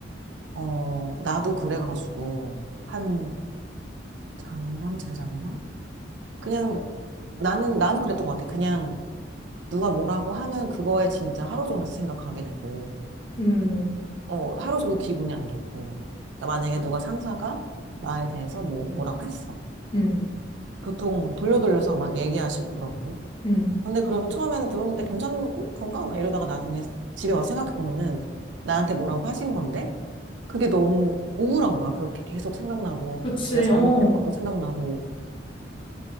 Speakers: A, on the right (about 75°); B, on the left (about 30°).
A: 어, 나도 그래가지고, 한, 작년, 재작년? 그냥, 나는, 나는 그랬던 것 같아. 그냥, 누가 뭐라고 하면 그거에 진짜 하루 종일 생각하게 되고,
B: 음,
A: 어, 하루 종일 기분이 안 좋고. 그러니까 만약에 누가 상사가 나에 대해서 뭐, 뭐라고 했어.
B: 음,
A: 보통 돌려 돌려서 막 얘기하시고 그러거든.
B: 음.
A: 근데 그러면 처음에는 들었는데 괜찮은 건가? 막 이러다가 나중에 집에 와서 생각해보면은 나한테 뭐라고 하신 건데 그게 너무 우울한 거야. 그렇게 계속 생각나고
B: 그치,
A: 내가 잘못한
B: 어.
A: 것도 생각나고.